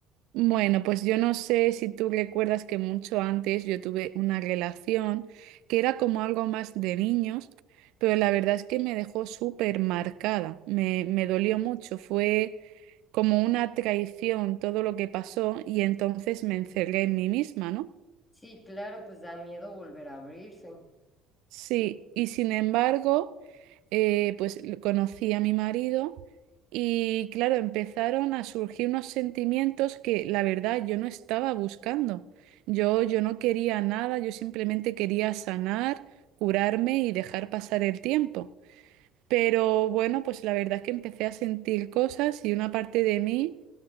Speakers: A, on the right; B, on the left.
A: Bueno, pues yo no sé si tú recuerdas que mucho antes yo tuve una relación que era como algo más de niños, pero la verdad es que me dejó súper marcada, me, me dolió mucho, fue como una traición todo lo que pasó y entonces me encerré en mí misma, ¿no?
B: Sí, claro, pues da miedo volver a abrirse.
A: Sí, y sin embargo, eh, pues l- conocí a mi marido y claro, empezaron a surgir unos sentimientos que la verdad yo no estaba buscando. Yo, yo no quería nada, yo simplemente quería sanar, curarme y dejar pasar el tiempo. Pero bueno, pues la verdad es que empecé a sentir cosas y una parte de mí